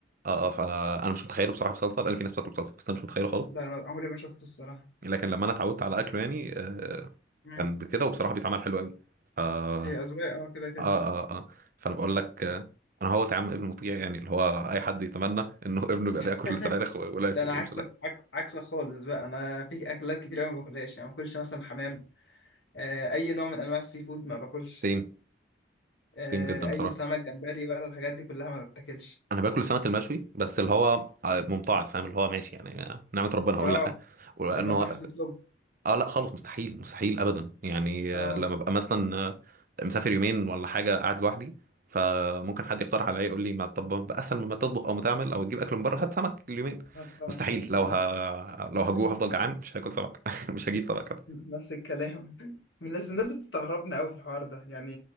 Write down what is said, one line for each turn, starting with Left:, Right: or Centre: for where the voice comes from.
Right: اه اه فانا مش متخيله بصراحه بصلصه لان في ناس بتاكله بصلصه بس انا مش متخيله خالص
Left: لا انا عمري ما شفته الصراحة
Right: لكن لما انا اتعودت على اكله يعني آه،
Left: مم.
Right: كان كده وبصراحه بيتعمل حلو قوي اه
Left: هي أذواق اه كده كده
Right: اه اه اه فانا بقول لك آه، انا هو طعم ابن مطيع يعني اللي هو اي حد يتمنى انه <laughs> ابنه يبقى بياكل
Left: <laughs>
Right: سبانخ و- ولا اسمه
Left: ده انا
Right: ما بيقولش
Left: عكسك
Right: لا
Left: عك- عكسك خالص بقى انا في اكلات كتير قوي ما باكلهاش يعني ما باكلش مثلا حمام آه، اي نوع من انواع السي فود ما باكلش
Right: سيم
Left: آه،
Right: سيم جدا
Left: اي
Right: بصراحه
Left: سمك جمبري بقى الحاجات دي كلها ما تتاكلش
Right: انا باكل السمك المشوي بس اللي هو آه، ممتعض فاهم اللي هو ماشي يعني آه، نعمه ربنا هقول
Left: اه
Right: لا ولانه
Left: لما تروح تطلب
Right: اه لا خالص مستحيل مستحيل ابدا يعني
Left: اه
Right: آه، لما ابقى مثلا آه، مسافر يومين ولا حاجه قاعد لوحدي فممكن حد يقترح عليا يقول لي ما طب ما بقى اسهل مما تطبخ او ما تعمل او تجيب اكل من بره هات سمك اليومين
Left: هات سمك
Right: مستحيل
Left: مثلا
Right: لو
Left: <laughs>
Right: ه...
Left: آه.
Right: لو هجوع هفضل جعان مش هاكل سمك <laughs> مش هجيب سمك
Left: نفس الكلام من الناس الناس بتستغربنا قوي في الحوار ده يعني